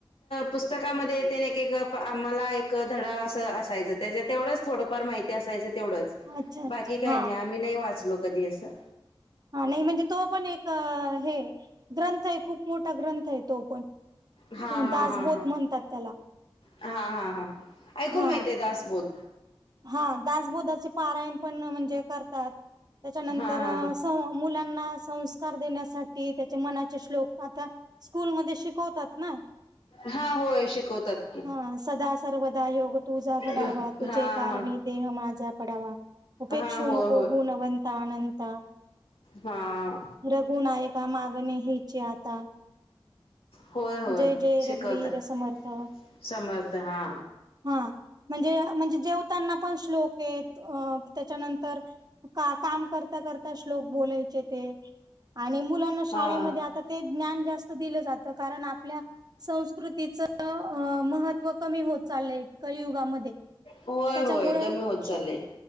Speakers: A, on the left (about 80°); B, on the right (about 45°).
A: पुस्तकामध्ये ते एक एक आम्हाला एक धडा असं असायचं. त्याच्या तेवढंच थोडं फार माहिती असायचं तेवढंच.
B: अच्छा,
A: बाकी
B: अच्छा.
A: काय
B: हा.
A: नाही आम्ही नाही वाचलो कधी असं.
B: हां नायी म्हणजे तो पण एक अं हे ग्रंथ आहे. खूप मोठा ग्रंथ आहे तो पण.
A: हा हा
B: दासबोध
A: हा हा
B: म्हणतात त्याला.
A: हा हा हा ऐकून
B: हा
A: माहितेय दासबोध.
B: हा दासबोधचे पारायण पण म्हणजे करतात. त्याच्यानंतर
A: हा हा हा
B: सौं मुलांना संस्कार देण्यासाठी त्याचे मनाश्लोक आता स्कूलमध्ये शिकवतात ना.
A: हा होय शिकवतात की
B: हा सदासर्वदा योग तुझा घडावा.
A: हा
B: तुझे कारणी
A: हा
B: देह माझा पडावा. उपेक्षू
A: हा होय
B: नको
A: होय
B: गुणवंता अनंता.
A: हा
B: रघुनायका मागणे हेची आता.
A: होय होय
B: जय जय
A: शिकवतात
B: रघुवीर समर्थ.
A: समर्थ हा
B: हा म्हणजे म्हणजे जेवताना पण श्लोक आहेत. अं त्याच्यानंतर का काम करता करता श्लोक बोलायचे ते आणि मुलां मुलांना शाळेमध्ये
A: हा
B: आता ते ज्ञान जास्त दिलं जात. कारण आपल्या संस्कृतीच अं महत्त्व कमी होत चाललय. कलियुगामध्ये
A: होय
B: त्याच्यामुळे
A: होय कमी
B: क्ष
A: होत चाललंय